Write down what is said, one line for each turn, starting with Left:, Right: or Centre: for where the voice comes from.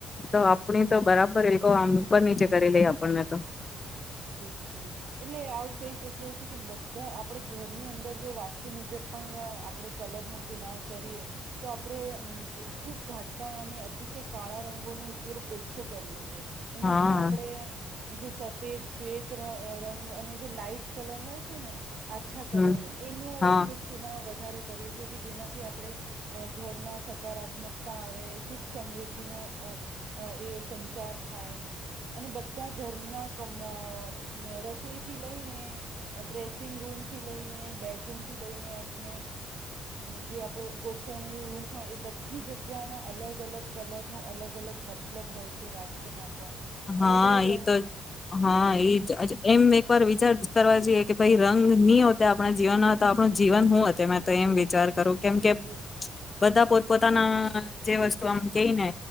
Left: તો આપણી તો બરાબર એ લોકો આમ બની જ કરી લઈ આપણને તો.
Right: બિલકુલ, એટલે આવું કહી શકીએ કે બધા આપણે ઘરની અંદર જો વાસ્તુ મુજબ પણ આપણે કલરનો ચુનાવ કરીએ, તો આપણે ખુબ ઘાટ અને અતિશય કાળા રંગોનો ઉપયોગ ઓછો કરીએ છીએ. એમાં
Left: હા
Right: પણ આપડે જે. પેજ. ત્વેત રંગ અને જે લાાઈટ કલર હોય છે ને. આછા કલરો
Left: હમ
Right: એનો
Left: હા
Right: ઉપયોગ ચુના વધારે. કરી કે જેનાથી આપણે ઘરમાં સકારાત્મકતા આવે સુ. સુખ સમૃદ્ધિ નો એ સંચાર થાય. અને બધા ઘરના કમ. રસોઈથી લઈને ડ્રેસિંગ રૂમથી લઈને બેડરૂમથી લઈને આપણે જે આપણે ગોઠવણી રૂમ હોય એ બધી જગ્યાના અલગ અલગ કલરનો અલગ અલગ મતલબ હોય છે વાસ્તુમાં પણ.
Left: હા
Right: અલગ અલગ રંગ
Left: એ તો હ. હા એજ એમ એક વાર. વિચાર કરવા જોઈએ કે ભાઈ રંગ નની હો આપણા જીવનનો હતો આપણું જીવન શું હત મેં તો એમ વિચાર કરું. કેમ કે
Right: બિલકુલ
Left: બધા પોતે. પોતાના જે વસ્તુ આમ કહી ને